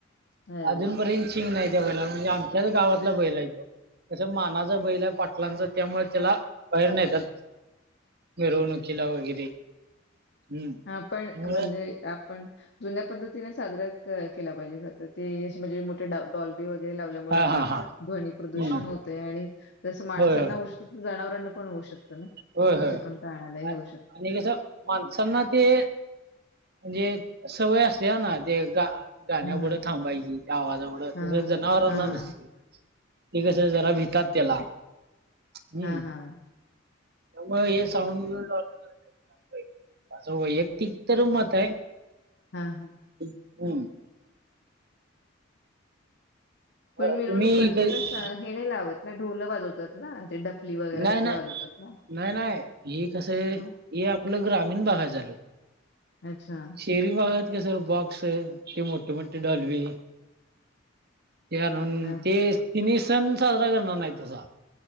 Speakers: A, on the left (about 60°); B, on the right (about 55°).
A: अरे
B: अजून पर्यंत शिंग नाही त्या बैलाला म्हणजे आमच्याच गावातला बैला आहे तो. तसं मानाचा बैल आहे पाटलांच त्यामुळे त्याला बाहेर नेतात. मिरवणुकीला वगैरे हम्म
A: हा पण
B: त्यामुळे
A: म्हणजे. आपण जुन्या पद्धतीने साजरा कर केला पाहिजे खरं तर ते असे म्हणजे मोठे डॉल्बी वगैरे लावल्यामुळे
B: हा
A: ना.
B: हा हा
A: ध्वनी प्रदूषण
B: हम्म
A: होतय आणि जसं माणसांना
B: होय होय
A: होऊ शकतं. तसंच जनावरांना पण होऊ शकतं ना.
B: होय
A: त्यांच्या
B: होय
A: पण काणालाही होऊ
B: आ-
A: शकत.
B: आणि कसं माणसांना ते. म्हणजे सवय असते ना ते गा. गाण्या
A: हां,
B: पुुडं
A: हां.
B: थांबायची. त्या आवाजामुळेढ
A: हां,
B: तस जनावरांना नसते
A: हां.
B: ते कस जरा भी भितात त्याला. हम्म
A: हा हा.
B: त्यामुळे हे साऊंड-ब्युंड <inaudible> असं वैयक्तिक तर मत आहे
A: हा. हा.
B: हम्.
A: पण
B: अ,
A: मिरवणूक
B: तुम्ही
A: करताना.
B: काही-
A: हे नाही लावत ना. ढोल वाजवतात ना ते डफली वगैरे
B: नाही-नाही-नाही-नाही
A: काहीतरी वाजवतात ना?
B: हे कस. हे
A: मग?
B: आपल्या ग्राममीण भागात झाल.
A: अच्छा.
B: शहरी भागात. कस बॉक्स ती मोठी-मोठी डॉल्बी. ते आणून
A: अ
B: ते. तिन्ही सण साजरा करणार नाहीत तसा.